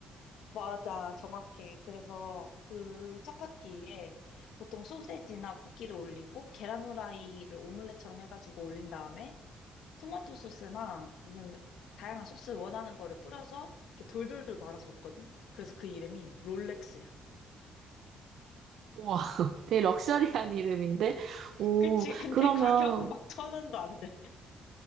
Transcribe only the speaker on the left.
맞아, 정확해. 그래서 그 차파티에 보통 소세지나 고기를 올리고 계란 후라이를 오믈렛처럼 해가지고 올린 다음에 토마토 소스나 무슨 다양한 소스 원하는 거를 뿌려서 이렇게 돌돌돌 말아서 먹거든. 그래서 그 이름이 롤렉스야.
<laughs>
그치? 근데
가격은 막 천 원도 안 돼.